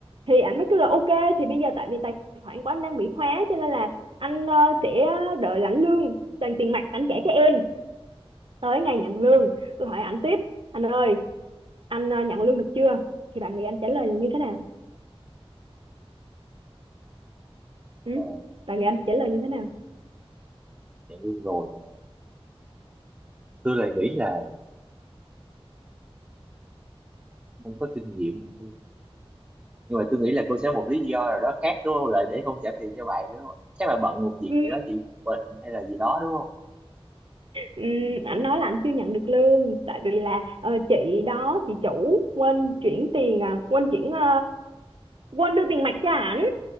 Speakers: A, on the right; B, on the right.
A: thì ảnh mới kêu là ok thì bây giờ tại vì tài khoản của anh đang bị khóa cho nên là anh ờ, sẽ đợi lãnh lương toàn tiền mặt anh trả cho em tới ngày nhận lương tôi hỏi anh tiếp anh ơi anh ờ, nhận lương được chưa thì bạn nghĩ anh trả lời như thế nào ừ?
B: Ờ.
A: bạn nghĩ anh trả lời như thế nào
B: dạng lương rồi mà tôi lại nghĩ là không có kinh nghiệm nhưng mà tôi nghĩ là cô sẽ một lý do nào đó khác đúng không lại để không trả tiền cho bạn đúng không? chắc là bận một việc
A: ừ,
B: gì đó chị bệnh hay là gì đó đúng không
A: ừ, anh nói là anh chưa nhận được lương tại vì là ờ, chị đó chị chủ quên chuyển tiền à quên chuyển ờ, quên đưa tiền mặt cho ảnh